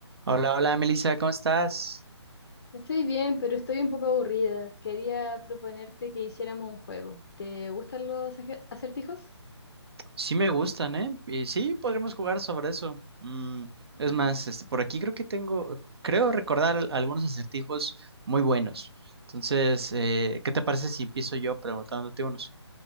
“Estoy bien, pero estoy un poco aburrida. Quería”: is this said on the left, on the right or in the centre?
Left